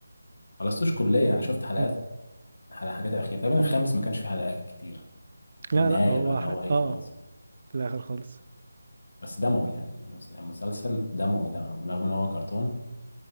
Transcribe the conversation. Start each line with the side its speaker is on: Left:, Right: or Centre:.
Left: خلصتوش كليه يعني شفت حلقات
Right: مم.
Left: على الحاجات الاخيره تقريبا الخامس ما كانش فيه حلقات كتير كان
Right: لا
Left: النهايه
Right: لا هو
Left: بقى اللي
Right: ح...
Left: هو ايه
Right: اه
Left: خلاص
Right: في الاخر خالص
Left: بس دموي يعني مس- مسلسل دموي ده رغم ان هو كرتون